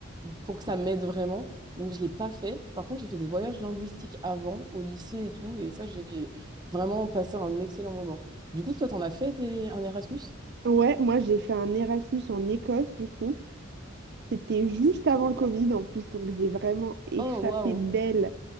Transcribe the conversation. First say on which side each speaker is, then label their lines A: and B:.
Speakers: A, on the right; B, on the right.
A: pour que ça m'aide vraiment. Donc je l'ai pas fait. Par contre j'ai fait des voyages linguistiques avant, au lycée et tout, et ça j'ai vraiment passé un excellent moment. Du coup toi t'en as fait des, un Erasmus?
B: Ouais, moi, j'ai fait un Erasmus en Écosse, du coup. C'était
A: Oh,
B: juste
A: c'est
B: avant
A: trop
B: le Covid,
A: bien.
B: en plus, donc j'ai vraiment échappé
A: Oh waouh!
B: belle.